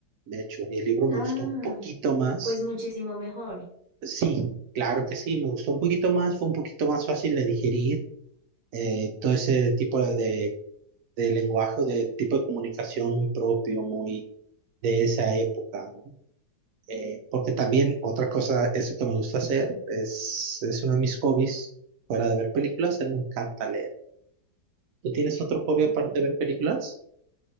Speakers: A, on the right (about 80°); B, on the right (about 50°).
A: De hecho, y el libro me
B: Ah,
A: gustó un poquito más
B: pues muchísimo mejor.
A: Sí, claro que sí, me gustó un poquito más, fue un poquito más fácil de digerir eh, todo ese tipo de, de lenguaje, de tipo de comunicación muy propio, muy de esa época, ¿no? Eh, porque también otra cosa, eso que me gusta hacer, es, es uno de mis hobbies, fuera de ver películas, a mí me encanta leer. ¿Tú tienes otro hobby
B: Ok.
A: aparte de ver películas?